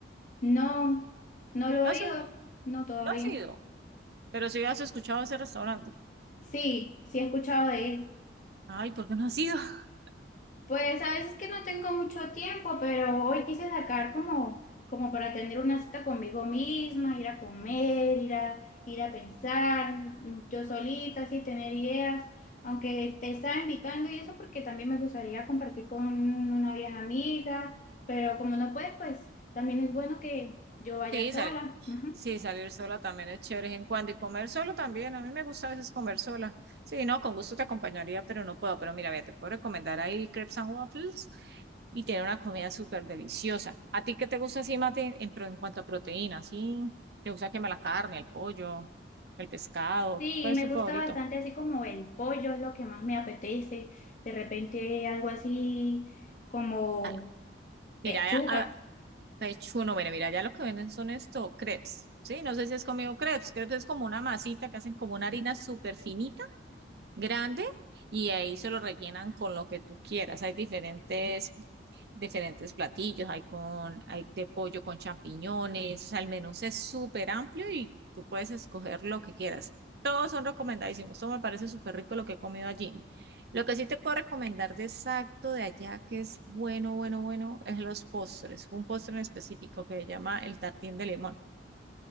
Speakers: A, on the left; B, on the right.
A: No, no lo
B: No
A: he
B: has oído,
A: oído, no todavía.
B: no has ido, pero sí has escuchado ese restaurante.
A: Sí, sí he escuchado de él.
B: Ay, ¿por qué no has ido? <laughs>
A: Pues a veces que no tengo mucho tiempo, pero hoy quise sacar como, como para tener una cita conmigo misma, ir a comer, ir a, ir a pensar, mm, yo solita, así tener ideas, aunque te estaba invitando y eso porque también me gustaría compartir con una vieja amiga, pero como no puedes, pues también es bueno que yo vaya
B: Sí,
A: sola.
B: sabes.
A: Ujú.
B: Sí, salir sola también es chévere de vez en cuando y comer solo también. A mí me gusta a veces comer sola. Sí, no, con gusto te acompañaría, pero no puedo. Pero mira, ve, te puedo recomendar ahí crepes and waffles y tiene una comida súper deliciosa. ¿A ti qué te gusta así, Mate, en, pro- en cuanto a proteína? ¿Sí? ¿Te gusta quemar la carne, el pollo, el pescado?
A: Sí,
B: ¿Cuál es
A: me
B: tu
A: gusta
B: favorito?
A: bastante así como el pollo, es lo que más me apetece, de repente algo así como...
B: Ah,
A: Pechuga
B: mira, a, a- pechuno, mira, mira, ya lo que venden son estos crepes. Sí, no sé si has comido crepes. Crepes es como una masita que hacen como una harina súper finita grande y ahí se lo rellenan con lo que tú quieras. Hay diferentes, diferentes platillos, hay con, hay de pollo con champiñones, o sea, el menú es súper amplio y tú puedes escoger lo que quieras. Todos son recomendadísimos. Todo me parece súper rico lo que he comido allí. Lo que sí te puedo recomendar de exacto de allá, que es bueno, bueno, bueno, es los postres. Un postre en específico que se llama el tartín de limón.